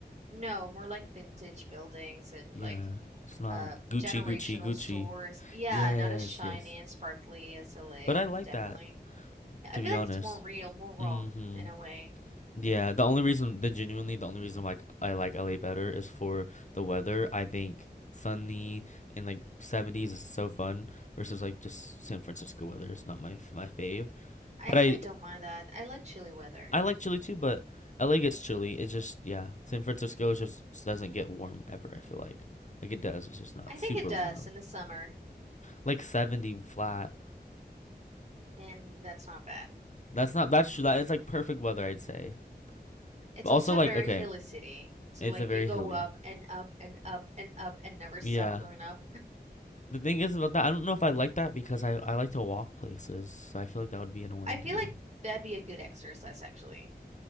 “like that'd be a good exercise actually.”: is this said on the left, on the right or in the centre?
Right